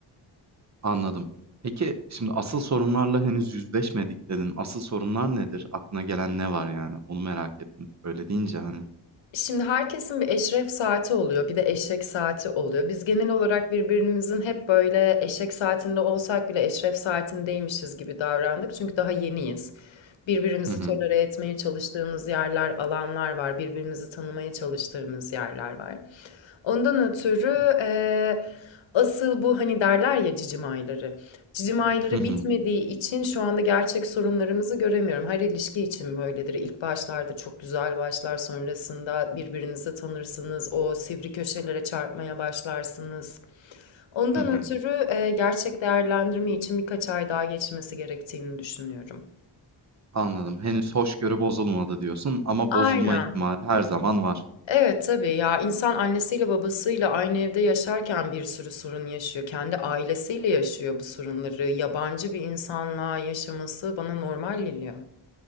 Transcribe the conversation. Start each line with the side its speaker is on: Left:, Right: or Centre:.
Right: Anladım. Peki şimdi asıl sorunlarla henüz yüzleşmedik dedin. Asıl sorunlar nedir? Aklına gelen ne var yani? Onu merak ettim. Öyle deyince hani.
Left: Şimdi herkesin bir eşref saati oluyor, bir de eşek saati oluyor. Biz genel olarak birbirimizin hep böyle eşek saatinde olsak bile eşref saatindeymişiz gibi davrandık. Çünkü daha yeniyiz. Birbirimizi
Right: Hı hı.
Left: tolere etmeye çalıştığımız yerler, alanlar var. Birbirimizi tanımaya çalıştığımız yerler var. Ondan ötürü, eee, asıl bu hani derler ya cicim ayları. Cicim ayları
Right: Hı hı.
Left: bitmediği için şu anda gerçek sorunlarımızı göremiyorum. Her ilişki için böyledir. İlk başlarda çok güzel başlar, sonrasında birbirinizi tanırsınız, o sivri köşelere çarpmaya başlarsınız. Ondan
Right: Hı hı.
Left: ötürü, eee, gerçek değerlendirme için birkaç ay daha geçmesi gerektiğini düşünüyorum.
Right: Anladım. Henüz hoşgörü bozulmadı diyorsun ama
Left: Aynen.
Right: bozulma ihtimali her zaman var.
Left: Evet, tabii. Ya, insan annesiyle babasıyla aynı evde yaşarken bir sürü sorun yaşıyor. Kendi ailesiyle yaşıyor bu sorunları. Yabancı bir insanla yaşaması bana normal geliyor.